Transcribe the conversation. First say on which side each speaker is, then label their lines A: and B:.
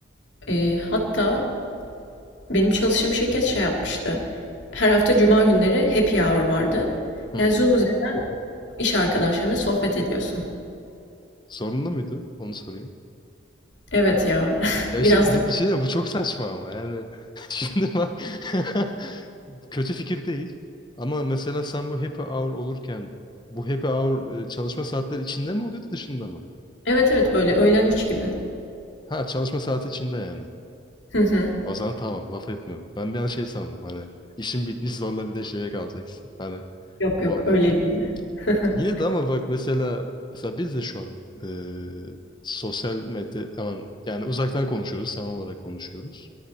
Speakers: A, on the left; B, on the left.
A: Eee, hatta benim çalıştığım şirket şey yapmıştı, her hafta cuma günleri happy hour vardı.
B: Hı
A: Yani,
B: hı.
A: Zoom üzerinden iş arkadaşlarınla sohbet ediyorsun.
B: Sorunlu muydu? Onu sorayım.
A: Evet ya, <laughs>
B: Ya
A: biraz
B: işte bu
A: da
B: bir şey diyeyim, bu çok saçma ama yani <laughs> şimdi bak <laughs> Kötü fikir değil. Ama mesela sen bu happy hour olurken bu happy hour e, çalışma saatleri içinde mi oluyordu dışında mı?
A: Evet, evet, böyle öğlen üç gibi.
B: Ha çalışma saati içinde yani.
A: Hı hı.
B: O zaman tamam laf etmiyorum. Ben bir an şey sandım hani işin bitmiş zorla bir de şeye kalacaksın. Hani
A: Yok,
B: muhabbeti.
A: yok, öyle değildi. <laughs>
B: Yine de ama bak mesela mesela biz de şu an eee, sosyal medya aman, yani uzaktan konuşuyoruz, sanal olarak konuşuyoruz.